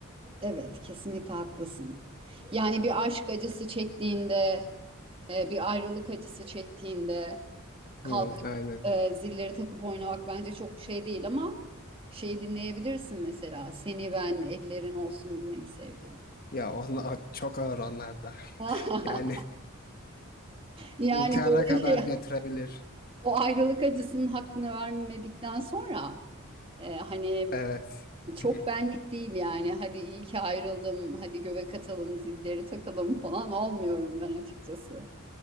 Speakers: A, on the right; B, on the left.
A: Evet, kesinlikle haklısın. Yani bir aşk acısı çektiğinde, e, bir ayrılık acısı çektiğinde kalkıp
B: Hı, aynen.
A: e, zilleri takıp oynamak bence çok şey değil ama şeyi dinleyebilirsin mesela. Seni ben ellerin olsun diye mi sevdim?
B: Ya onlar çok ağır onlar da.
A: <laughs>
B: <laughs> Yani
A: Yani
B: İntihara
A: böyle
B: kadar
A: şey
B: götürebilir.
A: o ayrılık acısının hakkını vermedikten sonra e, hani
B: Evet.
A: çok
B: <laughs>
A: benlik değil yani. Hadi iyi ki ayrıldım, hadi göbek atalım, zilleri takalım falan olmuyorum ben açıkçası.